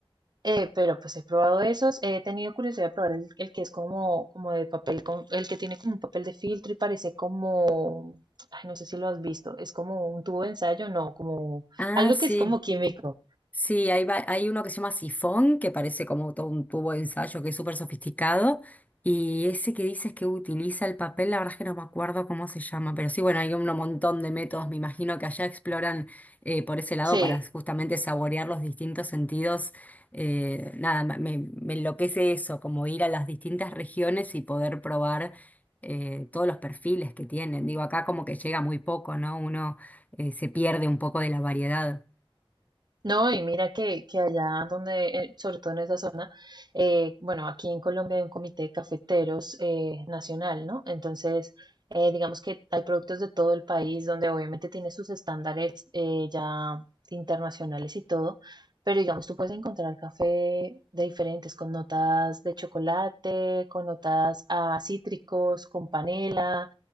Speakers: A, on the right (about 45°); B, on the left (about 15°).
A: Eh, pero pues he probado esos, he tenido curiosidad de probar el, el que es como, como de papel, con- el que tiene como un papel de filtro y parece como, ay, no sé si lo has visto, es como un tubo de ensayo, no, como
B: Ah,
A: algo
B: sí.
A: que es como químico.
B: Sí, hay, va- hay uno que se llama sifón, que parece como todo un tubo de ensayo que es súper sofisticado. Y ese que dices que utiliza el papel, la verdad es que no me acuerdo cómo se llama, pero sí, bueno, hay un montón de métodos, me imagino que allá exploran eh, por ese lado
A: Sí,
B: para justamente saborear los distintos sentidos. Eh, nada, ma- me, me enloquece eso, como ir a las distintas regiones y poder probar eh, todos los perfiles que tienen. Digo, acá como que llega muy poco, ¿no? Uno eh, se pierde un poco de la variedad.
A: No, y mira que, que allá donde, eh, sobre todo en esa zona, eh, bueno, aquí en Colombia hay un comité de cafeteros eh, nacional, ¿no? Entonces, eh, digamos que hay productos de todo el país donde obviamente tiene sus estándares eh, ya internacionales y todo, pero digamos, tú puedes encontrar café de diferentes, con notas de chocolate, con notas a cítricos, con panela,